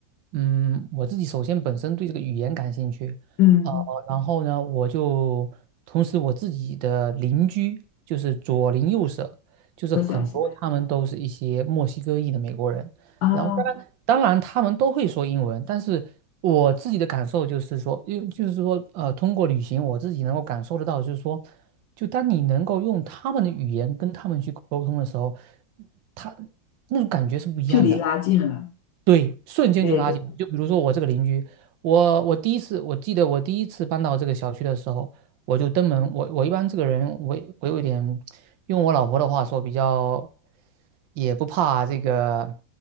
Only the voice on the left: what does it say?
嗯，
都讲西班牙啊，
距离拉近了，
对对，